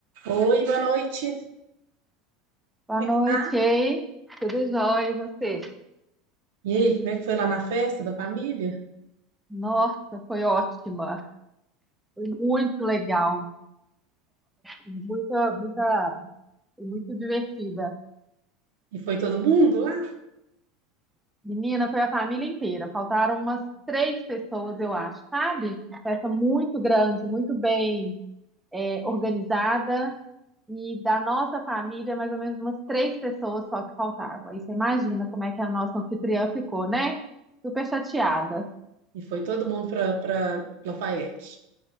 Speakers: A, on the right; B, in the centre.
A: Oi, boa noite.
B: Boa
A: Como
B: noite,
A: é que tá?
B: hein? Tudo jóia, e você?
A: E aí, como é que foi lá na festa da família?
B: Nossa, foi ótima. Foi muito legal. Muita, muita, foi muito divertida.
A: E foi todo mundo lá?
B: Menina, foi a família inteira. Faltaram umas três pessoas, eu acho, sabe? Uma festa muito grande, muito bem, é, organizada. E da nossa família, mais ou menos umas três pessoas só que faltaram. Aí você imagina como é que a nossa anfitriã ficou, né? Super chateada.
A: E foi todo mundo para para Lafayette.